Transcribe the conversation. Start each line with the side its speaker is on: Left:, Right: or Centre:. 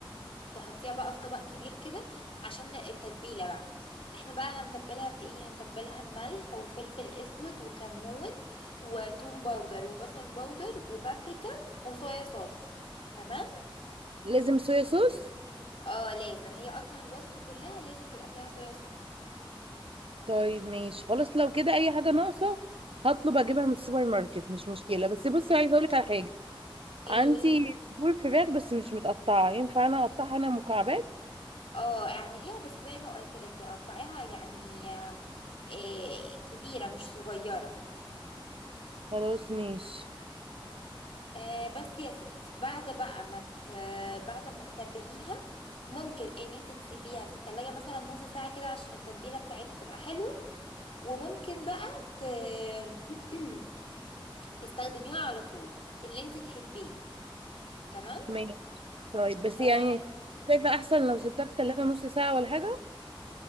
Left: تحطيها بقى في طبق كبير كده عشان التتبيلة بقى احنا بقى هنتبلها بإيه هنتبلها بملح وفلفل اسود وكمون وتوم باودر وبصل باودر وبابريكا وصويا صوص تمام
Right: ولازم صويا صوص
Left: اه لازم هي اصلا الوصفة كلها لازم تبقى فيها صويا صوص
Right: طيب ماشي خلاص لو كده اي حاجة ناقصة هطلب اجيبها من السوبر ماركت مش مشكلة بس بصي عايزة اقولك على حاجة
Left: ايه
Right: عندي
Left: قولي
Right: صدور فراخ بس مش متقطعة ينفع انا اقطعها انا مكعبات
Left: اه اعمليها بس زي ما قلت لك تقطعيها يعني آه، إيه كبيرة مش صغيرة
Right: خلاص ماشي
Left: آه بس يا ستي بعد بقى ما ت... بعد ما تتبليها ممكن ان انت تسيبيها في التلاجة مثلا نص ساعة كده عشان التتبيلة بتاعتها تبقى حلوة وممكن بقى ت... <clears throat> تستخدميها على طول اللي انت تحبيه تمام
Right: ماشي طيب بس يعني
Left: اه
Right: شايفة احسن لو سبتها في التلاجة نص ساعة ولا حاجة